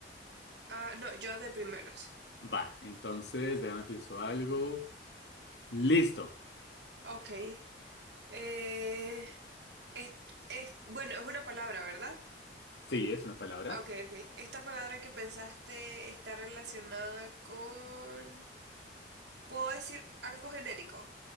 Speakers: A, on the right; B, on the left.
A: Ah, no, yo de primeras.
B: Va, entonces, déjame pienso algo. Listo.
A: Ok. Eh, es, es- bueno, es una palabra, ¿verdad?
B: Sí, es una palabra.
A: Ok, ok. Esta palabra que pensaste está relacionada con... ¿Puedo decir algo genérico?